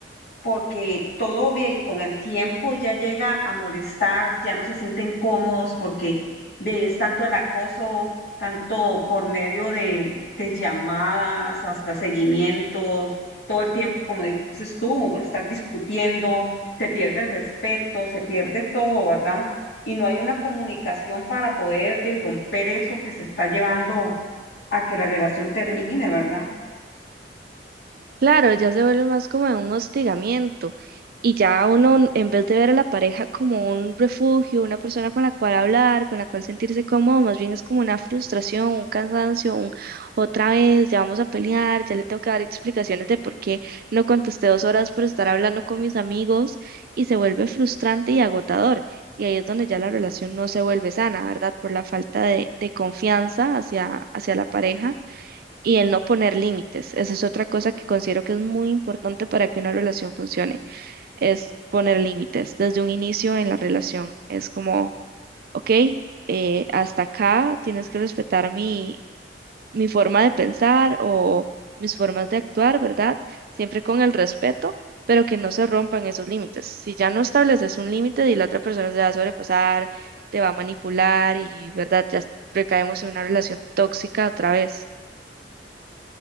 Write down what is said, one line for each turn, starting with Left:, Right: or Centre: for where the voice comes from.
Left: porque todo obvia y con el tiempo ya llega a molestar, ya no se sienten cómodos porque de, es tanto el acoso, tanto por medio de, de llamadas, hasta seguimientos, todo el tiempo, como dices tú, estar discutiendo, se pierde el respeto, se pierde todo, ¿verdad? Y no hay una comunicación para poder de, romper eso que se está llevando a que la relación termine, ¿verdad?
Right: Claro, ya se vuelve más como un hostigamiento y ya uno, en vez de ver a la pareja como un refugio, una persona con la cual hablar, con la cual sentirse cómodo, más bien es como una frustración, un cansancio, un otra vez, ya vamos a pelear, ya le tengo que dar explicaciones de por qué no contesté dos horas por estar hablando con mis amigos y se vuelve frustrante y agotador. Y ahí es donde ya la relación no se vuelve sana, ¿verdad? Por la falta de, de confianza hacia, hacia la pareja y el no poner límites. Esa es otra cosa que considero que es muy importante para que una relación funcione, es poner límites desde un inicio en la relación. Es como, ok, eh, hasta acá tienes que respetar mi, mi forma de pensar o mis formas de actuar, ¿verdad? Siempre con el respeto, pero que no se rompan esos límites. Si ya no estableces un límite y la otra persona se va a sobrepasar, te va a manipular y, ¿verdad? Ya recaemos en una relación tóxica otra vez.